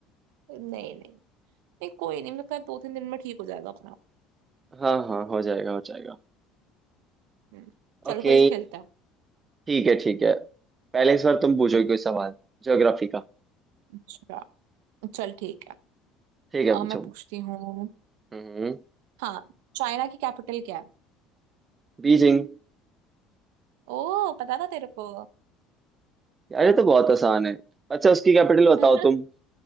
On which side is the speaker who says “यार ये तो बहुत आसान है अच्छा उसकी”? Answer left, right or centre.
Right